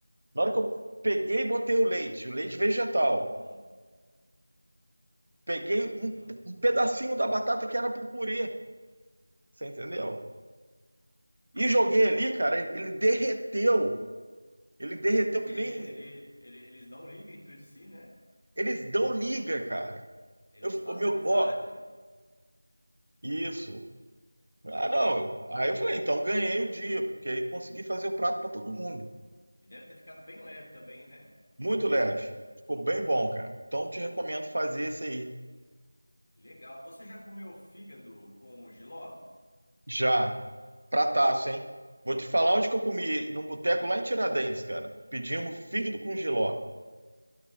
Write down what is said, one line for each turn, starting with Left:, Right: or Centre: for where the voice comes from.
Right: Na hora que eu peguei e botei o leite, o leite vegetal,
Left: Hum,
Right: peguei
Left: uhum.
Right: um, um pedacinho da batata que era pro purê, você entendeu? E joguei
Left: Ah.
Right: ali, cara, ele ele derreteu. Ele derreteu
Left: Porque
Right: que
Left: ele,
Right: nem.
Left: ele- eles dão liga entre si, né?
Right: Eles dão liga, cara.
Left: Eles
Right: Eu,
Left: fazem
Right: o meu,
Left: amizade.
Right: ó, Isso. Ah, não. Aí eu falei, então ganhei o dia, porque aí consegui fazer o prato para todo mundo.
Left: E deve ter ficado bem leve também, né?
Right: Muito leve. Ficou bem bom, cara. Então te recomendo fazer esse aí.
Left: Legal. Você já comeu fígado com jiló?
Right: Já. Prataço, hein? Vou te falar onde que eu comi, num boteco
Left: Sim.
Right: lá em Tiradentes, cara. Pedimos fígado com jiló.